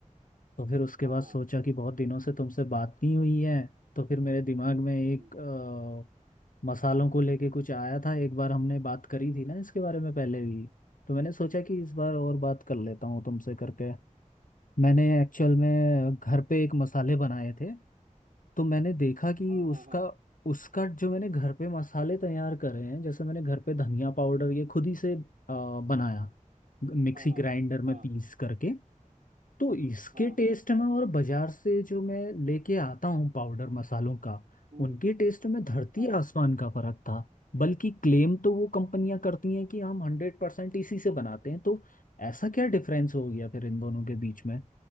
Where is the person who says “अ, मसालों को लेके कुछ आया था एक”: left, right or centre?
Left